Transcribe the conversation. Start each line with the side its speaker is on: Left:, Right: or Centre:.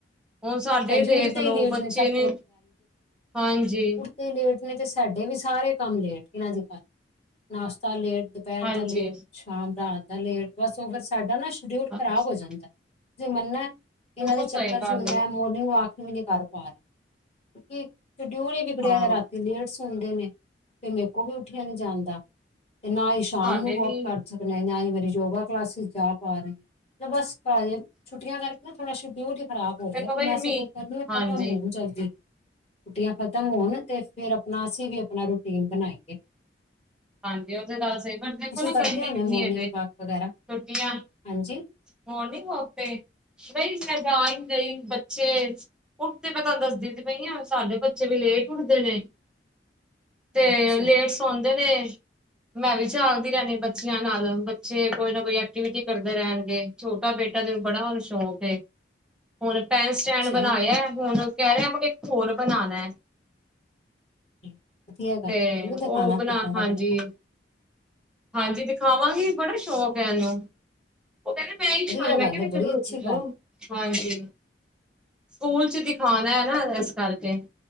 Centre: ਹੁਣ ਸਾਡੇ
Left: ਭੈਣ ਜੀ
Centre: ਦੇਖ
Left: ਉੱਠਦੇ
Centre: ਲਓ
Left: ਹੀ ਲੇਟ
Centre: ਬੱਚੇ
Left: ਸਭ
Centre: ਨੇ, ਹਾਂਜੀ।
Left: ਤੇ ਲੇਟ ਨੇ ਤੇ ਸਾਡੇ ਵੀ ਸਾਰੇ ਕੰਮ ਲੇਟ ਇਹਨਾਂ ਦੀ ਘਰ ਨਾਸ਼ਤਾ ਲੇਟ ਦੁਪਹਿਰ
Centre: ਹਾਂਜੀ
Left: ਦਾ ਲੇਟ, ਸ਼ਾਮ ਰਾਤ ਦਾ ਲੇਟ ਬਸ ਉਹ ਫਿਰ ਸਾਡਾ ਨਾ ਸ਼ਡਿਊਲ
Centre: ਹਾਂਜੀ
Left: ਖਰਾਬ ਹੋ ਜਾਂਦਾ। ਤੁਸਿ ਮੰਨਾ ਇਹਨਾਂ
Centre: ਬਿਲਕੁਲ
Left: ਦੇ ਚੱਕਰ
Centre: ਸਹੀ ਗੱਲ
Left: ਚ ਹੁਣ ਮੈਂ
Centre: ਹੈ
Left: ਮੋ ਆਖ ਵੀ ਨੀ ਕਰ ਪਾ ਰਹੀ ਕਿਉਕਿ ਸ਼ਡਿਊਲ ਈ ਵਿਗੜਿਆ
Centre: ਹਾਂ
Left: ਰਾਤੀ ਲੇਟ ਸੋ ਸੁਂਦੇ ਨੇ ਤੇ ਮੇਰੇ ਕੋਲ ਵੀ ਉੱਠਿਆ ਨੀ ਜਾਂਦਾ ਤੇ ਨਾ ਈ ਸ਼ਾਮ
Centre: ਸਾਡੇ
Left: ਨੂੰ ਵੋਕ
Centre: ਵੀ
Left: ਕਰ ਸਕਣੇ। ਨਾਂ ਈ ਮੇਰੀ ਯੋਗਾ ਕਲਾਸ ਜਾ ਪਾ ਰਹੀ, ਤੇ ਬਸ <unintelligible> ਛੁੱਟੀਆਂ ਕਰਕੇ ਨਾ ਥੋੜਾ ਸ਼ਡਿਊਲ ਹੀ ਖਰਾਬ ਹੋ ਗਿਆ
Centre: ਦੇਖੋ
Left: ਤੇ
Centre: ਬਈ
Left: ਮੈਂ ਸਗੋਂ
Centre: ਮੀ
Left: ਕਹਿਣੀ
Centre: ਹਾਂਜੀ
Left: ਖਤਮ ਹੋਗ ਜਲਦੀ ਛੁੱਟੀਆਂ ਖਤਮ ਹੋਣ ਤੇ ਫੇਰ ਆਪਣਾ ਅਸੀਂ ਵੀ ਆਪਣਾ ਰੂਟੀਨ ਬਣਾਈ। ਇੱਕ
Centre: ਹਾਂਜੀ ਉਹ ਤੇ ਗੱਲ ਸਹੀ, ਪਰ ਦੇਖੋ ਨਾ
Left: ਕਰਦੇ
Centre: ਗਰਮੀ
Left: ਹੋਣੇ
Centre: ਕਿੰਨੀ
Left: ਮੋਰਨਿੰਗ
Centre: ਅਜੇ ਛੁੱਟੀਆਂ
Left: ਵਾਕ ਵਗੈਰਾ ਹਾਂਜੀ
Centre: ਮੋਰਨਿੰਗ ਵੋਕ ਤੇ ਨਈ ਮੈਂ ਜਾ ਈ ਨੀਂ ਰਈ, ਬੱਚੇ ਉੱਠ ਤੇ ਮੈਂ ਤੁਹਾਨੂੰ ਦੱਸਦੀ ਦੀ ਪਈ ਹਾਂ ਸਾਡੇ ਬੱਚੇ ਵੀ ਲੇਟ ਉੱਠਦੇ ਨੇ। ਤੇ
Left: ਅੱਛਾ
Centre: ਲੇਟ ਸੌਂਦੇ ਨੇ। ਮੈਂ ਵੀ ਜਾਗਦੀ ਰੈਂਦੀ ਬੱਚਿਆਂ ਨਾਲ ਬੱਚੇ ਕੋਈ ਨਾ ਕੋਈ ਐਕਟੀਵਿਟੀ ਕਰਦੇ ਰੈਂਣਗੇ। ਛੋਟਾ ਬੇਟਾ ਤੇ ਬੜਾ ਉਨੂੰ ਸ਼ੌਕ ਏ। ਹੁਣ ਪੈਨ ਸਟੈਂਡ
Left: ਅੱਛਾ
Centre: ਬਣਾਇਆ ਹੁਣ ਕਹਿ ਰਿਆ ਕੁ ਇੱਕ ਹੋਰ ਬਣਾਣਾ।
Left: <inaudible>
Centre: ਤੇ
Left: ਮੈਨੂੰ ਵੀ
Centre: ਓ
Left: ਦਿਖਾਣਾ
Centre: ਬਣਾ
Left: ਕਿੱਦਾਂ
Centre: ਹਾਂਜੀ।
Left: ਦਾ ਬਣਾਇਆ
Centre: ਹਾਂਜੀ ਦਿਖਾਵਾਂਗੀ ਬੜਾ ਸ਼ੌਕ ਹੈ ਇਹਨੂੰ ਓ ਕੈਣਾ ਮੈਂ ਸੁਣਾ
Left: ਵਧੀਆ
Centre: ਮੈਂ
Left: ਗੱਲ
Centre: ਕੈਂਦੇ
Left: ਹੈ ਬੜੀ
Centre: ਚਲੋ ਰੁਕ
Left: ਅੱਛੀ
Centre: ਜੋ
Left: ਗੱਲ
Centre: ਹਾਂਜੀ ਸਕੂਲ 'ਚ ਦਿਖਾਣਾ ਹੈ ਨਾ ਇਸ ਕਰਕੇ